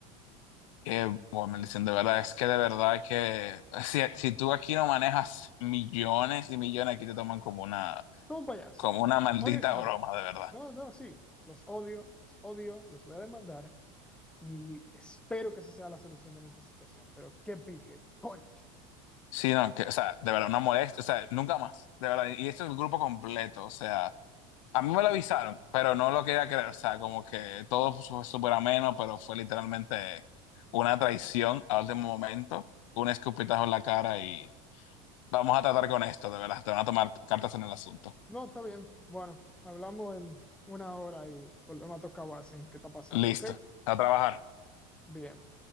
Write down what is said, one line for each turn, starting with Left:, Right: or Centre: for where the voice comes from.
Left: Eh, bueno, me dicen de verdad, es que de verdad hay que. <laughs> Si, si tú aquí no manejas millones y millones, aquí te toman como una,
Centre: Como payaso.
Left: como una maldita
Centre: Odio a esa gente.
Left: broma, de verdad.
Centre: No, no, sí. Los odio, los odio, los voy a demandar y espero que esa sea la solución de nuestra situación. Pero qué pique, concha.
Left: Sí, no, que, o sea, de verdad, una molestia, o sea, nunca más, de verdad. Y esto es el grupo completo, o sea. A mí me lo avisaron, pero no lo quería creer. O sea, como que todo fue súper ameno, pero fue literalmente una traición al último momento, un escupitajo en la cara y vamos a tratar con esto, de verdad. Te van a tomar cartas en el asunto.
Centre: No, está bien. Bueno, hablamos en una hora y volvemos a tocar base en qué está pasando,
Left: Listo,
Centre: ¿ok?
Left: a trabajar.
Centre: Bien.